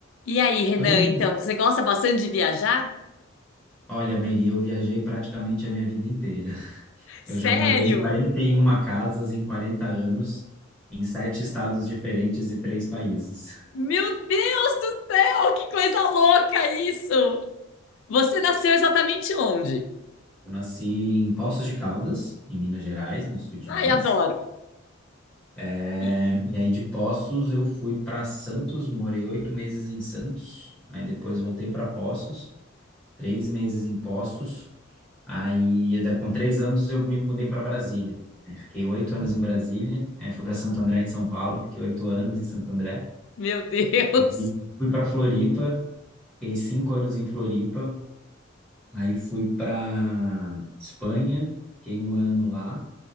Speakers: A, on the left; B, in the centre.
A: E aí, Renan,
B: Oi, Meire.
A: então, você gosta bastante de viajar?
B: Olha, Meire, eu viajei praticamente a minha vida inteira. Eu
A: Sério?
B: já morei em 41 casas em 40 anos, em sete estados diferentes e três países.
A: Meu Deus do céu, que coisa louca isso! Você nasceu exatamente onde?
B: Eu nasci em Poços de Caldas, em Minas Gerais, no sul de
A: Ai,
B: Minas.
A: adoro.
B: É,
A: E-
B: e aí de Poços eu fui para Santos, morei oito meses em Santos. Aí depois voltei para Poços, três meses em Poços, Aí, da- com três anos, eu me mudei para Brasília. Aí, fiquei oito anos em Brasília. Aí, fui para Santo André, em São Paulo. Fiquei oito anos em Santo André.
A: Meu Deus.
B: E fui para Floripa. Fiquei cinco anos em Floripa. Aí, fui para Espanha. Fiquei um ano lá.